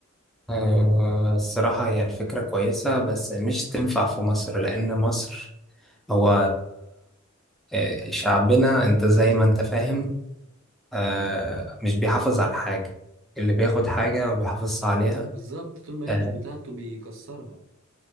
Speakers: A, in the centre; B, on the right.
A: آه، الصراحة هي الفكرة كويسة بس مش تنفع في مصر لأن مصر هو آه، شعبنا أنت زي ما أنت فاهم آه مش بيحافظ على الحاجة اللي بياخد حاجة ما بيحافظش عليها
B: بالظبط طول ما هي
A: آه
B: مش بتاعته بيكسرها